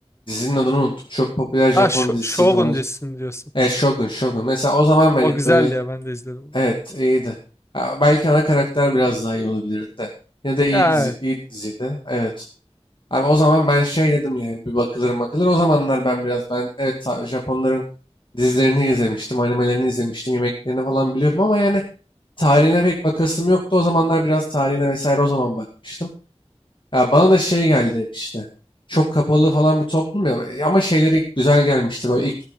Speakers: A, on the left (about 50°); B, on the left (about 25°).
A: dizinin adını unuttum. Çok popüler Japon
B: Ha Sh-
A: dizisiydi.
B: Shogun
A: Onu,
B: dizisini diyorsun.
A: e, Shogun, Shogun. Mesela o zaman ben
B: O
A: ilk
B: güzeldi
A: böyle
B: ya ben de izledim onu.
A: evet iyiydi. Ya belki ana karakter biraz daha iyi olabilirdi de. Yine de iyi
B: Ya
A: dizi,
B: evet.
A: iyi diziydi. Evet. Abi o zaman ben şey dedim yani bir bakılır bakılır. O zamanlar ben biraz ben evet ta- Japonların dizilerini izlemiştim, animelerini izlemiştim, yemeklerini falan biliyorum ama yani tarihine pek bakasım yoktu. O zamanlar biraz tarihine vesaire o zaman bakmıştım. Ya bana da şey geldi hep işte. Çok kapalı falan bir toplum ya e, ama şeyleri güzel gelmişti. Böyle ilk